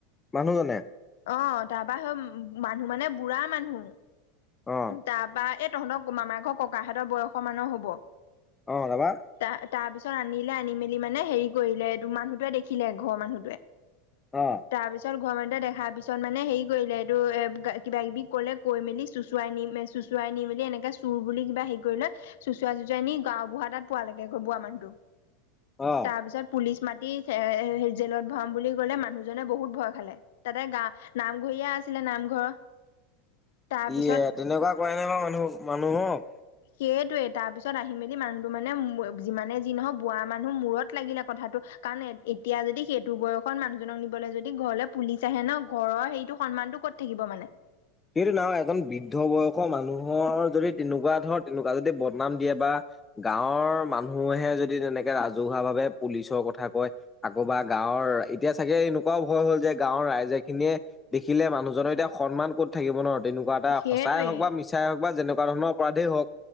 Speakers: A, on the left; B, on the left.
A: মানুহজনে
B: অ তাৰপৰা হয় মানুহ মানে বুঢ়া মানুহ
A: অ
B: তাৰপৰা এই তহঁতৰ মামাৰ ঘৰ ককাহঁতৰ বয়সৰ মানৰ হব
A: অ তাৰপা
B: ত তাৰপিছত আনি আনি মেলি মানে হেৰি কৰিলে এইটো মানুহটোৱে দেখিলে ঘৰৰ মানুহটোৱে
A: অ
B: তাৰপিছত ঘৰ মানহ দেখা পিছত মানে হেৰি কৰিলে এইটো এ কিবা কিবি কলে কৈ মেলি চুচৱাই নি চুঁচৱাই নি মেলি বুলি এনেকে চুৰ বুলি কিবা হেৰি কৰি লয় চুচৱাই চুচৱাই নি গাওঁ বুঢা তাত পোৱা লেগে। বুঢ়া মানুহটো
A: অ
B: তাৰপিছত পুলিছ মাতি জেলত ভৰাম বুলি কলে মানুহজনে বহুত ভয় খালে তাতে গা নামঘৰীয়া আছে নামঘৰ তাৰপিছ
A: ই তেনেকুৱা কৰে নাই বাৰু মানুহ মানুহক
B: সেইটোৱে তাৰ পিছত আহি মেলি মানুহটো মানে যিমানে যি নহওক বুঢ়া মানুহ মূৰত লাগিলে কথাটো কাৰণ এতিয়া যদি সেইটো বয়সত মানুহজনক নিবলৈ যদি ঘৰলৈ পুলিচ আহে ন ঘৰৰ সেইটো সন্মান কত থাকিব মানে?
A: সেইটো নহ এজন বৃদ্ধ বয়সৰ মানুহৰ যদি তেনেকুৱা ধৰ তেনেকুৱা যদি বদনাম দিয়ে বা গাঁৱৰ মানুহে যদি তেনেকে ৰাজহুৱা ভাৱে পুলিচৰ কথা কয়, আকৌবা গাঁৱৰ গৰ এতিয়া চাগে এনেকুৱাও ভয় হ'ল যে গাঁৱৰ ৰাইজে খিনিয়ে দেখিলে মানুহজনৰ এতিয়া সন্মান থাকিব ন তেনেকুৱা এটা
B: সেইটোৱে
A: সঁচাই হওক বা মিছাই হওক বা যেনেকুৱা ধৰণৰ অপৰাধেই হওঁক